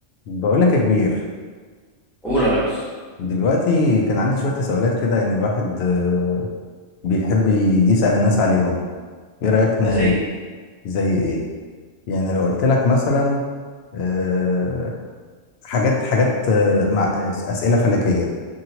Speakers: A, on the left; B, in the centre.
A: بقولك يا كبير
B: قول يا ريس
A: دلوقتي كان عندي شوية تساؤلات كده يعني الواحد آه، بيحب يسأل الناس عليهم ايه رأيك ن-
B: زي
A: زي ايه يعني لو قلت لك مثلا آه، حاجات حاجات آه، مع آه، أسئلة فلكية